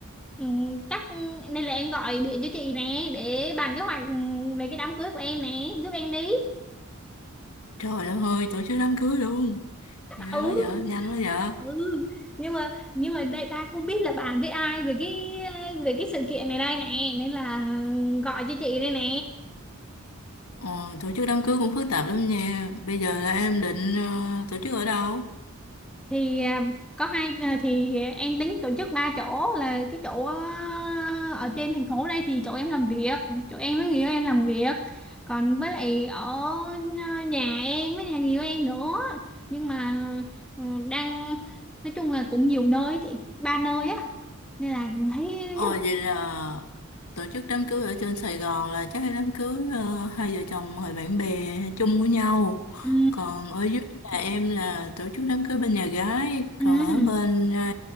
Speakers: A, in the centre; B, on the left.
A: ừ, chắc nên là em gọi điện cho chị nè để bàn kế hoạch ừ, về cái đám cưới của em nè giúp em đi.
B: Trời đất ơi, tổ chức đám cưới luôn. Ghê
A: Ừ
B: quá vợ, nhanh quá vợ.
A: ừ nhưng mà nhưng mà đây ta không biết là bàn với ai về cái về cái sự kiện này đây nè nên là gọi cho chị đây nè.
B: Ờ, tổ chức đám cưới cũng phức tạp lắm nha. Bây giờ là em định ờ, tổ chức ở đâu?
A: thì à, có hai à, thì em tính tổ chức ba chỗ là cái chỗ à, ở trên thành phố đây thì chỗ em làm việc chỗ em với người yêu em làm việc còn với lại ở ờ, nhà em với nhà người yêu em nữa nhưng mà ừ, đang nói chung là cũng nhiều nơi chị ba nơi á nên là thấy
B: Ờ,
A: nhất
B: vậy là tổ chức đám cưới ở trên Sài Gòn là chắc là đám cưới ờ, hai vợ chồng mời bạn bè chung của nhau.
A: ừ,
B: Còn ở dưới nhà em là tổ chức đám cưới bên nhà gái.
A: ừ,
B: Còn ở bên ờ,